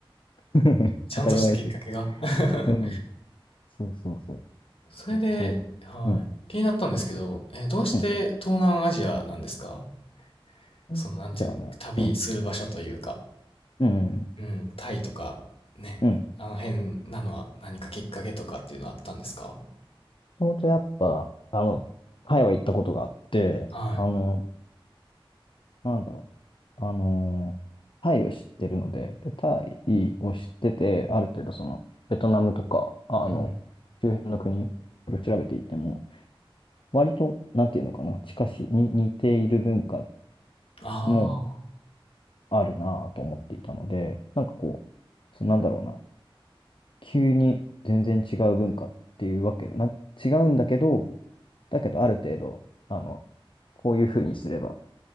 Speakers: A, on the left; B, on the left.
A: <laughs>
B: ちゃんとしたきっかけが。
A: 当たり前だけど。
B: <laughs>
A: うん。そうそうそ
B: それで、
A: う。かそれだね。
B: はい。
A: うん。
B: 気になったんですけど、えーどうして東南アジアなんですか
A: う
B: その、
A: ん。
B: なんていうの、
A: じゃあね。
B: 旅する場所というか。
A: うん。うん。
B: うん、タイとかね、
A: うん。
B: あの辺なのは何かきっかけとかっていうのはあったんですか
A: ともとやっぱ、あの、タイは行ったことがあって、
B: はい。
A: あの、なんだろう、あの、タイを知ってるので、で、タイを知ってて、ある程度その、ベトナムとか、あの、
B: うん。
A: 周辺の国、これ調べていても、割と、なんていうのかな、近し、に似ている文化
B: ああ、
A: もあるなぁと思っていたので、なんかこう、そ、なんだろうな、急に全然違う文化っていうわけで、な、違うんだけど、だけどある程度、あの、こういうふうにすれば、